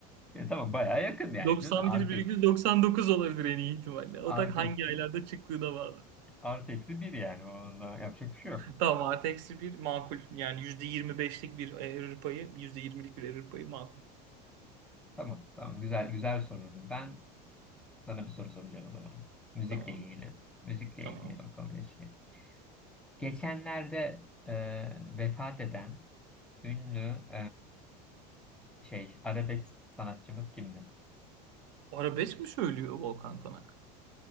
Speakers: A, in the centre; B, on the right.
A: E, tamam bayağı yakın yani
B: 91,99
A: canım. Artı
B: olabilir en iyi ihtimalle. O
A: Artı
B: da hangi
A: eksi.
B: aylarda çıktığına bağlı.
A: Artı eksi bir yani. Onda yapacak bir şey yok.
B: Tamam artı eksi bir makul. Yani %25'lik bir error payı, %20'lik bir error payı makul.
A: Tamam. Tamam. Güzel güzel soruydu. Ben sana bir soru soracağım o zaman. Müzikle
B: Tamam.
A: ilgili. Müzikle
B: Tamam.
A: ilgili bakalım ne şey. Geçenlerde e, vefat eden ünlü e, şey arabesk sanatçımız kimdi?
B: Arabesk mi söylüyor Volkan Konak?